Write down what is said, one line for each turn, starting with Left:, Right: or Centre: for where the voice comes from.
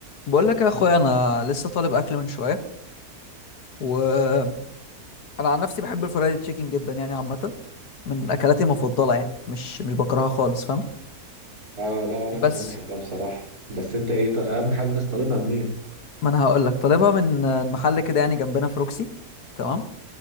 Left: بقول لك يا اخويا انا لسه طالب اكل من شويه وانا عن نفسي بحب الفرايد تشيكن جدا يعني عامه من اكلاتي المفضله يعني مش مش بكرهها خالص فاهم
Right: اه لا وانا كمان
Left: بس
Right: بحبها بصراحة بس انت ايه ط- اهم حاجة بس طالبها منين
Left: ما انا هقول لك طالبها من محل كده يعني جنبنا في روكسي تمام